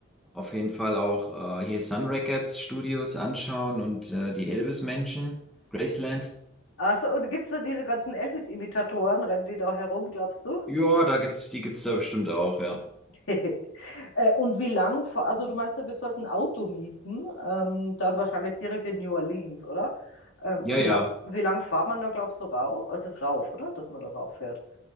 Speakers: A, in the centre; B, on the left.
A: auf jeden Fall auch äh, hier Sun Records Studios anschauen und äh, die Elvis Mansion, Graceland.
B: Also, und gibt es da diese ganzen Elvis-Imitatoren, rennen die da herum, glaubst du?
A: Ja, da gibt's, die gibt's da bestimmt auch, ja.
B: <laughs> Äh, Und wie lang, fa- also du meinst ja, wir sollten ein Auto mieten, ähm, dann wahrscheinlich direkt in New Orleans, oder? Ähm,
A: Ja,
B: wie
A: ja,
B: lang, wie lang fährt man da, glaubst du, rauf? Es ist rauf, oder? Dass man da rauf fährt.